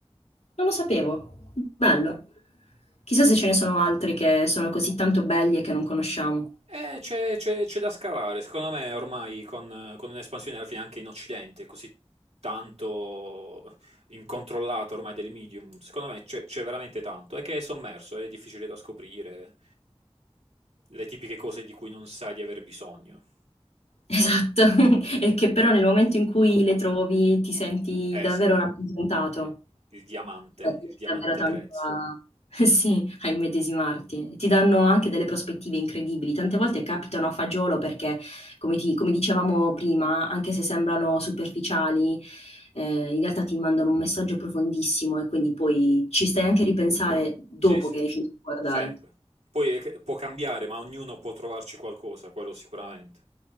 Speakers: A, on the left; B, on the right.
A: Non lo sapevo. Bello. Chissà se ce ne sono altri che sono così tanto belli e che non conosciamo.
B: Eh, c'è c'è- c'è da scavare, secondo me ormai con, con un'espansione alla fine anche in Occidente, così tanto incontrollata ormai del medium, secondo me c'è c'è veramente tanto, è che è sommerso, è difficile da scoprire, le tipiche cose di cui non sai di aver bisogno.
A: Esatto, <laughs> e che però nel momento in cui le trovi ti senti
B: Eh
A: davvero
B: sì,
A: rappresentato.
B: Sì. il diamante,
A: Cioè riesci
B: il diamante
A: davvero tanto
B: grezzo.
A: a <laughs> eh sì, a immedesimarti. Ti danno anche delle prospettive incredibili. Tante volte capitano a fagiolo perché, come ti come dicevamo prima, anche se sembrano superficiali, ehm, in realtà ti mandano un messaggio profondissimo e quindi poi ci stai anche a ripensare dopo
B: Sì, sì,
A: che hai finito di guardare.
B: sempre. Poi è che- può cambiare, ma ognuno può trovarci qualcosa, quello sicuramente.